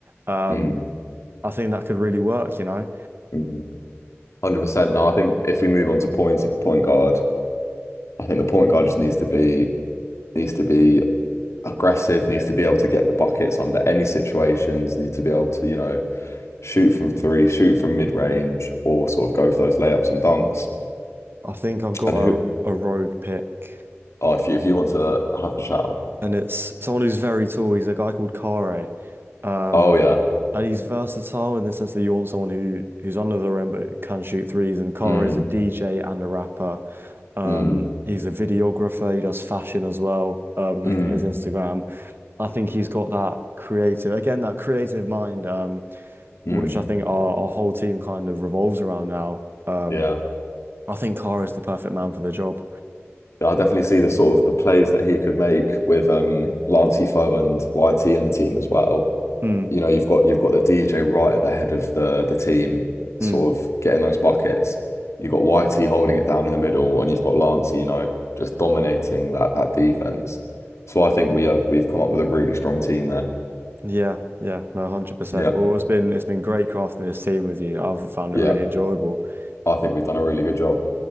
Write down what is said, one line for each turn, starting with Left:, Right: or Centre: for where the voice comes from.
Right: Um,
Left: mm,
Right: I think that could really work, you know.
Left: mm. 100%. Now I think if we move on to point point guard, I think the point guard just needs to be needs to be aggressive, needs to be able to get the buckets under any situations, needs to be able to, you know, shoot from three, shoot from mid-range, or sort of go for those layups and dunks.
Right: I think I've got
Left: And who,
Right: a, a rogue pick,
Left: oh, if you if you want to have a shout,
Right: and it's someone who's very tall. He's a guy called Kare, um,
Left: oh yeah,
Right: and he's versatile in the sense that you want someone who who's under the rim but who can shoot threes. And Kare's
Left: mm,
Right: a DJ and a rapper. Um,
Left: mm,
Right: he's a videographer. He does fashion as well. Um,
Left: mm,
Right: looking at his Instagram, I think he's got that creative, again, that creative mind, um,
Left: mm,
Right: which I think our, our whole team kind of revolves around now. Um,
Left: yeah.
Right: I think Kare is the perfect man for the job.
Left: Yeah, I definitely see the sort of the plays that he could make with um Lancey Foe and YT in the team as well.
Right: Hmm.
Left: you know, you've got you've got the DJ right at the head of the the team, sort
Right: hmm.
Left: of getting those buckets. You've got YT holding it down in the middle, and you've got Lancey, you know, just dominating that that defense. So I think we have we've come up with a really strong team there.
Right: Yeah, yeah, no, 100%.
Left: Yeah,
Right: Well, it's been it's been great crafting this team with you. I've found
Left: yeah.
Right: it really enjoyable. <laughs>
Left: I think we've done a really good job.